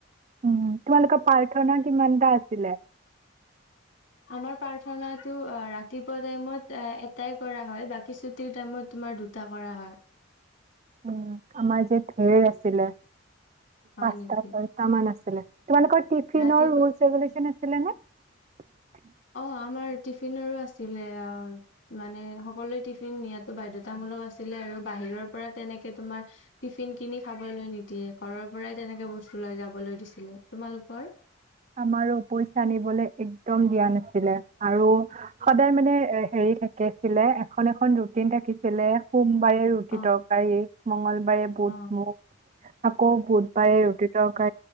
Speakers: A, on the right (about 35°); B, on the left (about 65°).
A: উম তোমালোকে পাৰ্থনা কিমান দা আছিলে।
B: আমাৰ প্ৰাৰ্থনাটো ৰাতিপুৱা টাইমত এটাই কৰা হয়। বাকী ছুটিৰ টাইমত তোমাৰ দুটা কৰা হয়।
A: উম আমাৰ যে ধেৰীৰ আছিলে।
B: হয়
A: পাঁচ
B: নেকি
A: কৈটামান আছিলে। তোমালোকৰ টিফিনৰ
B: ৰাতিপুৱা
A: ৰুলচ ৰেগুলেশ্যন আছে। নে।
B: অ আমাৰ টিফিনৰো আছিলে মানে সকলোৱে টিফিন নিয়ো বাধ্যয়তামূলক আছিলে। আৰু বাহিৰৰ পৰা তেনেকে তোমাৰ টিফিন কিনি খাবলৈ নিদিয়ে ঘৰৰ পৰাই তেনেকে বস্তু লৈ যাবলৈ দিছিলে তোমালোকৰ।
A: আমাৰো পইচা আ নিবলৈ এক। উম দিয়া নাছিলে আৰু। সদায় মানে এ
B: অ
A: হেৰি থাকে। ছিলে এখন এখন ৰুটিন থাকিছিলেুম বাৰে ৰুটি
B: অ
A: তৰকাৰী মঙগলবাৰে বুট
B: অ
A: মুখ আপুনি। আকৌ বুধবাৰে ৰুটিটোক। ক